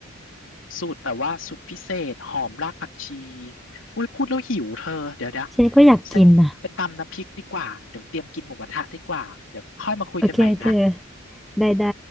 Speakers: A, on the left; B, in the centre.
A: สูตรแบบว่าสูตรพิเศษหอมรากผักชีอุ้ยพูดแล้วหิวเธอเดี๋ยวเดี๋ยว
B: ฉันก็อยากกินอ่ะ
A: ฉันไปตำน้ำพริกดีกว่าเดี๋ยวเตรียมกินหมูกระทะดีกว่าเดี๋ยวค่อยมาคุยกันใหม่นะ
B: โอเคเธอได้ได้